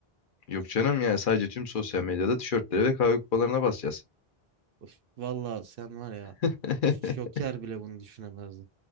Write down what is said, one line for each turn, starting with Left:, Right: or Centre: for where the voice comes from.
Left: Yok canım yani sadece tüm sosyal medyada tişörtlere ve kahve kupalarına basacağız.
Right: Of, valla sen var ya.
Left: <laughs>
Right: Joker bile bunu düşünemezdi.